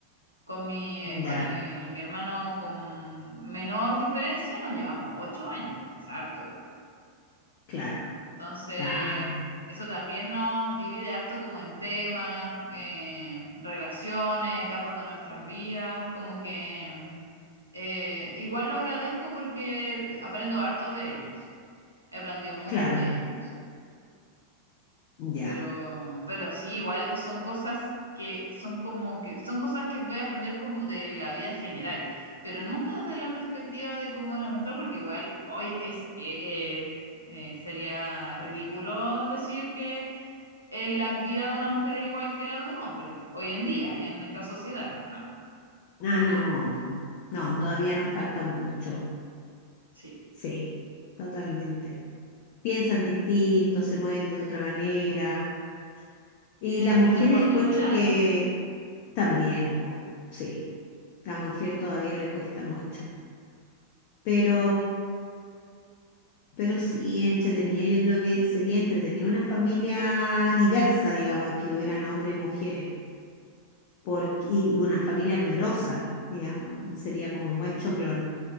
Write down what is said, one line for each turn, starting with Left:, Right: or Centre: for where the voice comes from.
Right: Con mi, eh, con
Left: Ya,
Right: el, mi hermano con menor diferencia nos llevamos ocho años. Es harto igual.
Left: claro,
Right: Entonces,
Left: claro,
Right: eso también nos divide harto como en temas, eh, relaciones, etapas de nuestras vidas. Como que eh, igual lo agradezco porque aprendo harto de ellos aprendió mucho
Left: claro,
Right: de ellos.
Left: ya.
Right: Pero, pero sí, igual son cosas que son como que son cosas que voy a aprender como de la vida general, pero nunca desde la perspectiva de cómo la mujer, porque igual hoy es eh, eh, eh, sería ridículo decir que eh, la vida de una mujer es igual que la de un hombre hoy en día en esta sociedad. No,
Left: Ah, no, po. no, todavía nos falta mucho.
Right: sí,
Left: Sí, totalmente. Piensan distinto, se mueven de otra manera. Y
Right: tienen
Left: las
Right: distintas
Left: mujeres
Right: oportunidades.
Left: encuentro que también, pues, sí, la mujer todavía le cuesta mucho. Pero, pero sí, entretenido. Yo creo que sería entretenido una familia diversa, digamos, que hubieran hombres y mujeres, por- y una familia numerosa, digamos, sería como un buen choclón.